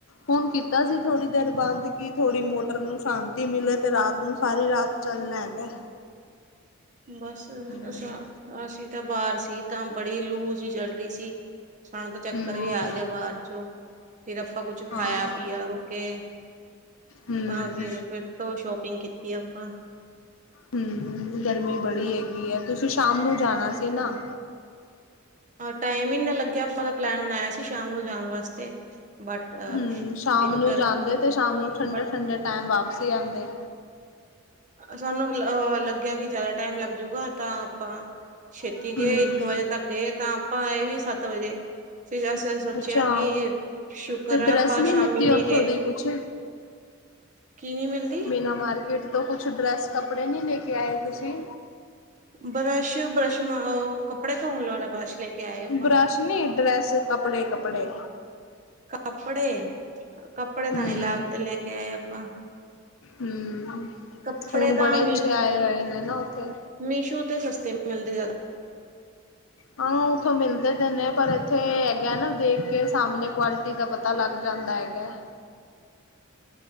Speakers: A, on the left; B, on the right.
A: ਹੁਣ ਕੀਤਾ ਸੀ, ਥੋੜ੍ਹੀ ਦੇਰ ਬੰਦ ਕਿ ਥੋੜ੍ਹੀ ਮੋਟਰ ਨੂੰ ਸ਼ਾਂਤੀ ਮਿਲੇ ਤੇ ਰਾਤ ਨੂੰ ਸਾਰੀ ਰਾਤ ਚੱਲਨਾ ਹੈਗਾ।
B: ਬਸ
A: ਹਮ
B: ਅ ਅਸੀਂ ਤਾਂ ਬਾਹਰ ਸੀ ਤਾਂ ਬੜੀ ਲੂਜ ਹੀ ਚੱਲ ਰਹੀ ਸੀ। ਸਾਨੂੰ ਤਾਂ ਚੱਕਰ
A: ਹਮ
B: ਵੀ ਆ ਗਿਆ, ਬਾਹਰ ਚੋਂ ਫਿਰ ਆਪਾਂ ਕੁਛ ਖਾਇਆ
A: ਹਾਂ
B: ਪੀਆ ਰੁਕੇ।
A: ਹਮ
B: ਤਾਂ ਫਿਰ-ਫਿਰ ਤੋਂ ਸ਼ੋਪਿੰਗ ਕੀਤੀ ਆ ਆਪਾਂ
A: ਹੂੰ, ਗਰਮੀ ਬੜੀ ਹੈਗੀ ਐ ਤੁਸੀਂ ਸ਼ਾਮ ਨੂੰ ਜਾਣਾ ਸੀ ਨਾ।
B: ਟਾਈਮ ਹੀ ਇਨਾ ਲੱਗਿਆ ਆਪਾਂ ਦਾ ਪਲੈਨ ਬਣਾਇਆ ਸੀ, ਸ਼ਾਮ ਨੂੰ ਜਾਣ ਵਾਸਤੇ। ਬਟ
A: ਹੂੰ, ਸ਼ਾਮ
B: ਇੱਕ
A: ਨੂੰ ਜਾਂਦੇ ਤੇ ਸ਼ਾਮ ਨੂੰ ਠੰਡੇ
B: ਬਟ
A: ਠੰਡੇ ਟਾਈਮ ਵਾਪ ਸੀ ਆਦੇ,
B: ਸਾਨੂੰ ਅ ਲੱਗਿਆ ਕਿ ਜ਼ਿਆਦਾ ਟਾਈਮ ਲੱਗ ਜੂਗਾ ਤਾਂ ਆਪਾਂ, ਛੇਤੀ ਗਏ,
A: ਹੂੰ,
B: ਇੱਕ ਵਜੇ ਤੱਕ ਗਏ ਤਾਂ ਆਪਾਂ ਆਏ ਵੀ ਸੱਤ ਵਜੇ ਫੇਰ ਅਸੀਂ ਸੋਚਿਆ
A: ਅੱਛਾ
B: ਕਿ ਸ਼ੁਕਰ
A: ਤੇ ਡਰੈਸ
B: ਆਪਾਂ ਸ਼ਾਮੀ
A: ਲਿੱਤੀ
B: ਨੀ
A: ਉੱਥੋਂ
B: ਗਏ।
A: ਦੀ ਕੁਛ?
B: ਕੀ ਨੀ ਮਿਲਦੀ
A: ਮੀਨਾ ਮਾਰਕੀਟ ਤੋਂ ਕੁਛ ਡਰੈਸ ਕੱਪੜੇ ਨੀ ਲੈ ਕੇ ਆਏ ਤੁਸੀਂ
B: ਬਰਸ਼-ਬਰਸ਼ ਕੱਪੜੇ ਸੋਣ ਲਣਾ ਬਰਸ਼ ਲੈ ਕੇ ਆਏ ਆਪਾਂ
A: ਬਰਸ਼ ਨੀ ਡਰੈਸ ਕੱਪੜੇ-ਕੱਪੜੇ
B: ਕੱਪੜੇ-ਕੱਪੜੇ
A: ਹੂੰ,
B: ਤਾਂ ਨਹੀਂ ਲਾ ਲੈ ਕੇ ਆਏ ਆਪਾਂ
A: ਹੂੰ,
B: ਕੱਪੜੇ
A: ਹੁਣ
B: ਤਾਂ
A: ਬੜੇ
B: ਮੀ
A: ਅੱਛੇ ਆਏ ਹੋਹੇ ਨੇ ਨਾ ਉੱਥੇ
B: ਮੀਸ਼ੂ ਸਸਤੇ ਮਿਲਦੇ ਜਿਆਦਾ
A: ਹਾਂ। ਉੱਥੋਂ ਮਿਲਦੇ ਤੇ ਨੇ ਪਰ ਇੱਥੇ ਹੈਗਾ ਨਾ ਦੇਖ ਕੇ ਸਾਹਮਣੇ ਕੁਆਲਿਟੀ ਦਾ ਪਤਾ ਲੱਗ ਜਾ ਚੰਗਾ ਹੈਗਾ।
B: <inaudible>